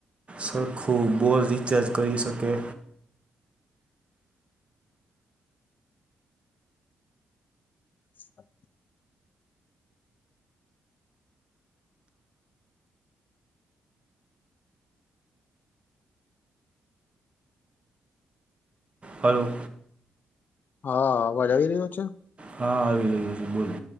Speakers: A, on the right; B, on the left.
A: સરખું બોર રિચાર્જ કરી શકે.
B: હા.
A: હલો.
B: હા અવાજ આવી રહ્યો છે?
A: હા આવી રહઈ્યો છ છે બોલો.